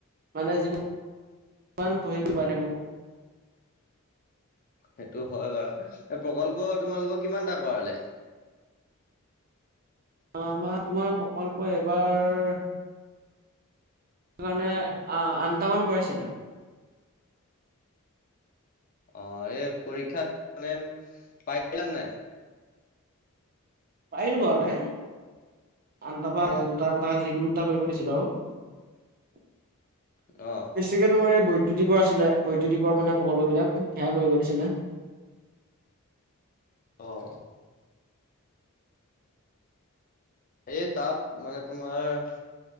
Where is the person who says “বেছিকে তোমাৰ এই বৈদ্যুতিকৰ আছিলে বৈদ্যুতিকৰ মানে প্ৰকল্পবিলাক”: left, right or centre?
Right